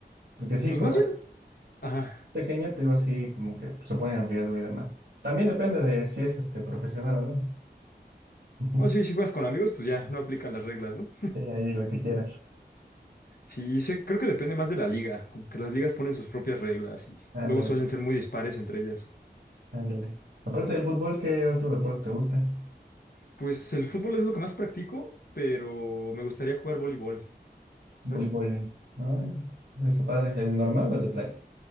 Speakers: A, on the right; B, on the left.
A: Porque sí,
B: Pues
A: como
B: más bien,
A: es
B: ajá.
A: pequeño, te digo así, como que se pone en riesgo y demás. También depende de si es este profesional o no. <laughs>
B: Oh, sí, si juegas con amigos, pues ya, no aplican las reglas, ¿no?
A: Sí, ahí lo que quieras.
B: Sí, sé- creo que depende más de la liga, como que las ligas ponen sus propias reglas y
A: Ándale,
B: luego suelen ser muy dispares entre ellas.
A: ándale. Aparte del fútbol, ¿qué otro deporte te gusta?
B: Pues el fútbol es lo que más practico, pero me gustaría jugar voleibol,
A: Voleibol.
B: ¿sabes?
A: ¿no? Está padre, ¿el normal o el de playa?